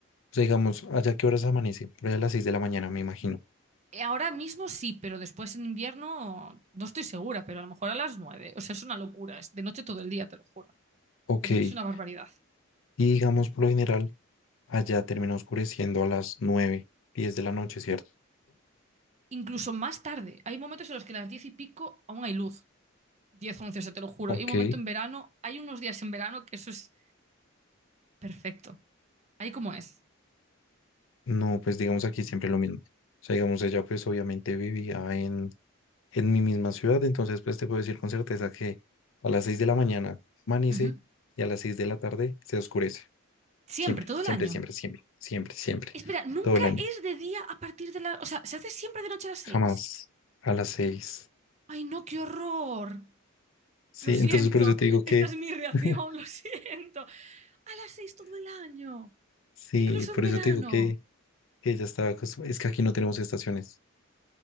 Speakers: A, on the left; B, on the right.
A: o sea, digamos, allá qué horas amanece, por ahí a las 6 de la mañana, me imagino.
B: Eh, Ahora mismo sí, pero después en invierno no estoy segura, pero a lo mejor a las nueve. O sea, es una locura. Es de noche todo el día, te lo juro.
A: Ok.
B: Es,
A: Y
B: es una barbaridad.
A: digamos, por lo general, allá termina oscureciendo a las 9, 10 de la noche, ¿cierto?
B: Incluso más tarde. Hay momentos en los que a las diez y pico aún hay luz. Diez, once, o sea, te lo juro.
A: Ok.
B: Hay un momento en verano, hay unos días en verano que eso es perfecto. Ahí como es.
A: No, pues digamos aquí siempre lo mismo. O sea, digamos, ella pues obviamente vivía en, en mi misma ciudad, entonces pues te puedo decir con certeza que a las 6 de la mañana amanece
B: Ujú.
A: y a las 6 de la tarde se oscurece.
B: Siempre,
A: Siempre,
B: todo el
A: siempre,
B: año.
A: siempre, siempre, siempre, siempre.
B: Espera, nunca
A: Todo el año.
B: es de día a partir de la... O sea, se hace siempre de noche a las seis.
A: Jamás a las seis.
B: Ay, no, qué horror.
A: Sí,
B: Lo siento,
A: entonces por eso te digo que,
B: esta es mi reacción,
A: <laughs>
B: lo <laughs> siento. A las seis todo el año,
A: sí,
B: incluso
A: por
B: en verano.
A: eso te digo que, que ya estaba acostumbrada. Es que aquí no tenemos estaciones.